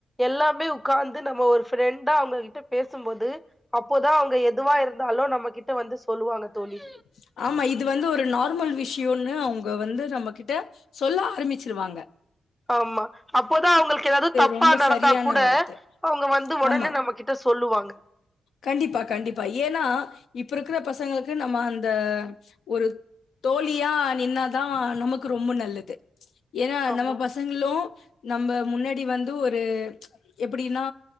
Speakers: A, in the centre; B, on the left.
A: எல்லாமே உட்காந்து நம்ம ஒரு ஃப்ரெண்டா அவங்ககிட்ட பேசும்போது அப்போதா அவங்க எதுவா இருந்தாலு நம்ம கிட்ட வந்து சொல்லுவாங்க தோழி
B: ஓ ஆமா இது வந்து ஒரு நார்மல் விஷயோமனு அவுங்க வந்து நம்ம கிட்ட சொல்ல ஆரம்பிச்சிருவாங்க
A: ஆமா அப்போதா அவுங்களுக்கு ஏதாவது தப்பா
B: ரொம்ப
A: நடந்தா
B: சரியான
A: கூட
B: வார்த்தை.
A: அவுங்க வந்து உடனே
B: ஆமா.
A: நம்மகிட்ட சொல்லுவாங்க
B: கண்டிப்பா கண்டிப்பா ஏனா இப்ப இருக்குற பசங்க ளுக்கு நம்ம அந்த ஒரு தோழியா நின்னா தா நமக்கு ரொம்ப நல்லது ஏனா
A: ஆமா
B: நம்ம பஸ் ங்களு நம்ம முன்னாடி வந்து ஒரு எப்டின்னா